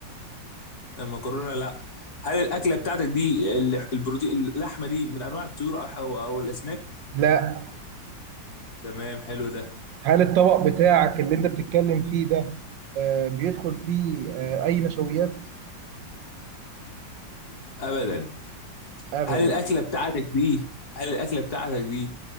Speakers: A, on the left; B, on the right.
A: آه، مكرونة لا هل الأكلة بتاعتك دي ال- البروتين اللحمة دي من أنواع الطيور أو أو أو الأسماك
B: لا
A: تمام حلو ده
B: هل الطبق بتاعك اللي انت بتتكلم فيه ده آه، بيدخل فيه آه، اي نشويات
A: أبدا
B: ابدا
A: هل الأكلة بتاعتك دي هل الأكلة بتاعتك دي